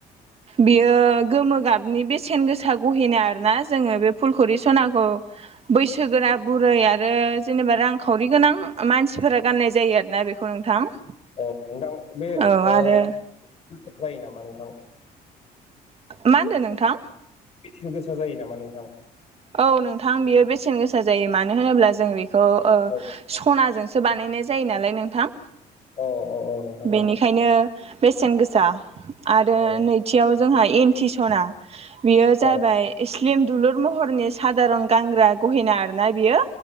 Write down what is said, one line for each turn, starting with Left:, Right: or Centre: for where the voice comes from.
Right: बियो गोमो गाबनि बेसेन गोसा गहेना आरोना जोङो बे फुलखुरि सनाखौ बैसोगोरा बुरै आरो जेनेबा रांखावरि गोनां मानसिफोरा गाननाय जायो आरोना बेखौ। खौ नोंथां।
Left: औ नोंथां बे
Right: औ
Left: ओ
Right: आरो
Left: जायो नामा नोंथां?
Right: मा होनदों नोंथां?
Left: बेसेन गोसा जायो नामा नोंथां?
Right: औ नोंथां बेयो बेसेन गोसा जायो मानो होनोब्ला जों बेखौ ओ
Left: औ
Right: सनाजों सो बानायनाय जायो नालाय नोंथां
Left: अ अ औ नोंथां दे
Right: बेनिखायनो बेसेन गोसा आरो
Left: औ
Right: नैथियाव जोंहा एन्टि सना बेयो जाबाय
Left: औ
Right: स्लिम दुलुर महरनि सादारन गानग्रा गहेना आरोना बियो।